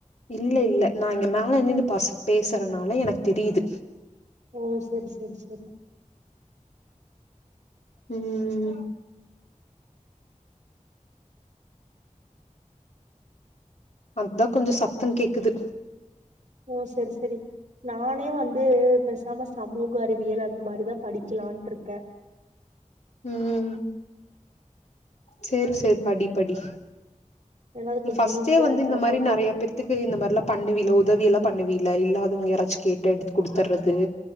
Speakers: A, on the left; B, on the right.
A: இல்ல இல்ல நா இங்க மேல நிண்டு பச பேசறனால எனக்கு தெரியிது
B: ஓ செரி செரி செரி
A: ம் அத் தா கொஞ்ச சத்தங் கேக்குது
B: ஓ செரி செரி நானே வந்து பேசாம சமூக அறிவியல் அந்த மாரிதா படிக்கலான்ட்டு இருக்கே
A: ம் சேர் சேர் படி படி
B: ஏன்னா அது கொஞ்சோ
A: ஃபஸ்ட்டே
B: ஈஸியா
A: வந்து
B: இருக்கற
A: இந்த மாரி
B: மாதிரி
A: நெறைய பேர்த்க் கு இந்த மாரிலா பண்ணுவிலுதவிய எல்லா பண்ணுவில்ல இல்லாதவங்க யாராச்சு கேட்டு எடுத்து குடுத்தறது